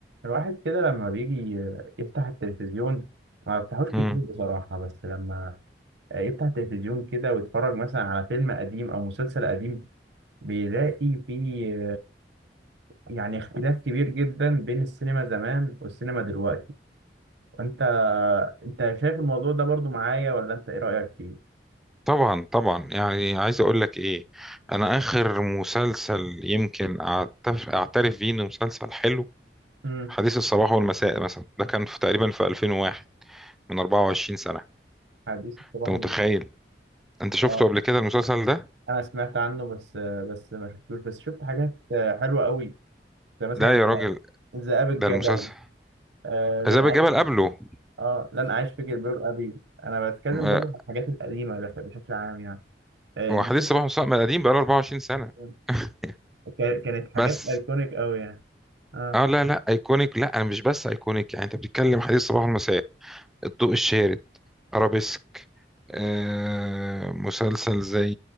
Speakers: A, on the right; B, in the centre.
A: الواحد كده لما بيجي يفتح التلفزيون ما بفتحوش كتير
B: مم.
A: بصراحة بس لما يفتح التلفزيون كده ويتفرج مثلا على فيلم قديم أو مسلسل قديم بيلاقي فيه يعني اختلاف كبير جدا بين السينما زمان والسينما دلوقتي وانت انت شايف الموضوع ده برضو معايا ولا انت ايه رأيك فيه؟
B: طبعا طبعا يعني عايز اقول لك ايه انا اخر مسلسل يمكن أعتف- اعترف بيه انه مسلسل حلو
A: امم
B: حديث الصباح والمساء مثلا ده كان في تقريبا في 2001 من 24 سنة
A: حديث الصباح
B: انت متخيل
A: والمساء
B: انت شفته
A: اه
B: قبل كده المسلسل ده
A: انا سمعت عنه بس بس ما شفتوش بس شفت حاجات حلوة قوي زي مثلا
B: لا يا راجل
A: ذئاب الجبل
B: ده المسلسل
A: آه، لن
B: عذاب الجبل
A: أعيش في
B: قبله
A: اه لن اعيش في جلباب ابي انا بتكلم
B: م-
A: برضه عن الحاجات القديمه بس- بشكل عام يعني آه،
B: وحديث
A: دي
B: الصباح والمساء ما قديم بقاله 24 سنة
A: كانت
B: <laughs>
A: كا- كانت حاجات
B: بس
A: ايكونيك قوي يعني اه
B: اه لا لا ايكونيك لا انا مش بس ايكونيك يعني انت بتتكلم حديث الصباح والمساء الضوء الشارد أرابيسك آه، مسلسل زي